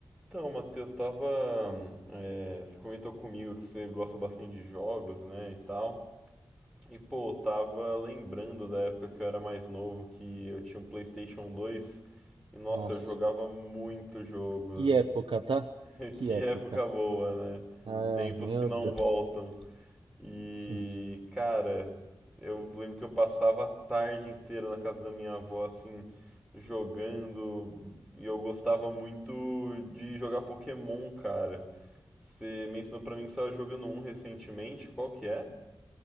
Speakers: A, in the centre; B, on the right.
A: Então, Matheus, tava, é, você comentou comigo que você gosta bastante de jogos, né, e tal. E pô, eu tava lembrando da época que eu era mais novo, que eu tinha um PlayStation 2 e nossa,
B: Nossa,
A: eu jogava muito jogo.
B: que época, tá?
A: <laughs>
B: Que
A: Que
B: época.
A: época boa, né?
B: Ah,
A: Tempos
B: meu
A: que não
B: Deus.
A: voltam. E
B: Sim.
A: cara, eu lembro que eu passava a tarde inteira na casa da minha avó assim jogando e eu gostava muito de jogar Pokémon, cara. Você mencionou pra mim que você estava jogando um recentemente, qual que é?